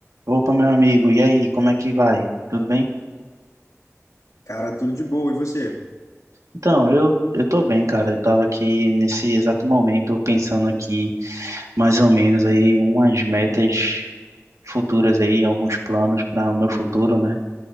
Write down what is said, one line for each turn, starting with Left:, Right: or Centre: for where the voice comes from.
Right: Opa, meu amigo, e aí, como é que vai? Tudo bem?
Left: Cara, tudo de boa. E você?
Right: Então, eu, eu tô bem, cara. Eu tava aqui nesse exato momento pensando aqui, mais ou menos, aí, umas metas futuras aí, alguns planos para o meu futuro, né?